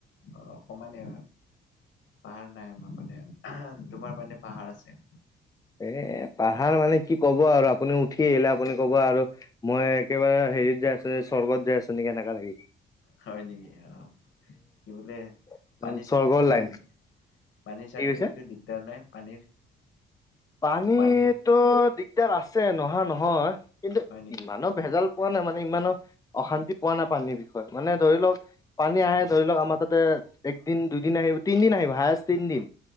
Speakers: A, on the left; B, on the left.
A: অ সমানে পাহাৰ নাই আমাৰ মানে, তোমাৰ মানে পাহাৰ আছে?
B: এ পাহাৰ মানে কি ক'ব আৰু আপুনি উঠি আহিলে আপুনি ক'ব আৰু মই একেবাৰে হেৰিত যাই আছো নেকি, স্বৰ্গত যাই আছো নেকি এনেকা লাগে।
A: হয় নেকি অ, কি বোলে
B: একদম
A: পানী-চানীটো
B: স্বৰ্গৰ লাইন
A: দিগ পানীৰ-চানীৰতো
B: কি কৈছে
A: দিগদাৰ নাই? পানীৰ
B: পানীৰতো
A: পানীৰ
B: দিগদাৰ আছে নোহোৱা নহয় কিন্তু
A: হয় নেকি
B: ইমানো ভেজাল পোৱা নাই মানে ইমানো, অশান্তি পোৱা নাই পানীৰ বিষয়ে। মানে ধৰি লওক পানী আহে
A: অ
B: ধৰি লওক আমাৰ তাতে একদিন দুদিন আহিব তিনদিন আহিব হায়েষ্ট তিনদিন।